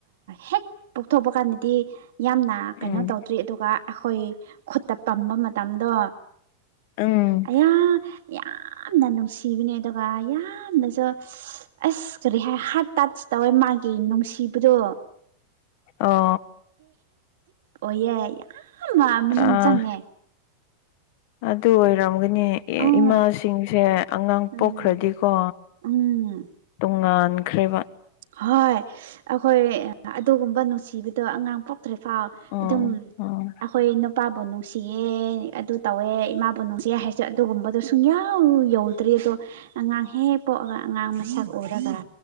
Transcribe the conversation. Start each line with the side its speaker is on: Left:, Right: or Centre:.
Right: ꯍꯦꯛ ꯄꯣꯛꯊꯣꯛꯄ ꯀꯥꯟꯗꯗꯤ ꯌꯥꯝꯅ ꯀꯩꯅꯣ
Left: ꯎꯝ
Right: ꯇꯧꯗ꯭ꯔꯤ ꯑꯗꯨꯒ ꯑꯩꯈꯣꯏ ꯈꯨꯠꯇ ꯄꯝꯕ ꯃꯇꯝꯗꯣ
Left: ꯎꯝ
Right: ꯑꯩꯌꯥ ꯌꯥꯝ ꯌꯥꯝꯅ ꯅꯨꯡꯁꯤꯕꯤꯅꯦ ꯑꯗꯨꯒ ꯌꯥꯝꯅꯁꯨ ꯑꯁ ꯀꯔꯤ ꯍꯥꯏ ꯍꯥꯔꯠ ꯇꯆ ꯇꯧꯋꯦ ꯃꯥꯒꯤ ꯅꯨꯡꯁꯤꯕꯗꯣ
Left: ꯑꯣ
Right: ꯑꯣꯌꯦ ꯌꯥꯝ ꯃꯅꯨꯡ
Left: ꯑꯥ
Right: ꯆꯪꯉꯦ
Left: ꯑꯗꯨ ꯑꯣꯏꯔꯝꯒꯅꯤ
Right: ꯑꯧ
Left: ꯏꯃꯥꯁꯤꯡꯁꯦ ꯑꯉꯥꯡ
Right: ꯎꯝ
Left: ꯄꯣꯛꯈ꯭ꯔꯗꯤꯀꯣ
Right: ꯎꯝ
Left: ꯇꯣꯉꯥꯟꯈ꯭ꯔꯦꯕ
Right: ꯍꯣꯏ ꯑꯩꯈꯣꯏ ꯑꯗꯨꯒꯨꯝꯕ ꯅꯨꯡꯁꯤꯕꯗꯣ ꯑꯉꯥꯡ ꯄꯣꯛ ꯇ꯭ꯔꯤꯐꯥꯎ
Left: ꯎꯝ
Right: ꯑꯗꯨꯝ
Left: ꯎꯝ
Right: ꯑꯩꯈꯣꯏ ꯅꯨꯄꯥꯕꯨ ꯅꯨꯡ ꯅꯨꯡꯁꯤꯌꯦ ꯑꯗꯨ ꯇꯧꯋꯦ ꯏꯃꯥꯕꯨ ꯅꯨꯡꯁꯤ ꯍꯥꯏꯁꯦ ꯑꯗꯨꯒꯨꯝꯕꯗꯣ ꯁꯨꯡꯌꯥꯎ ꯌꯧꯗ꯭ꯔꯤ ꯑꯗꯣ ꯑꯉꯥꯡ ꯍꯦꯛ ꯄꯣꯛꯑꯒ ꯑꯉꯥꯡ ꯃꯁꯛ ꯎꯔꯒ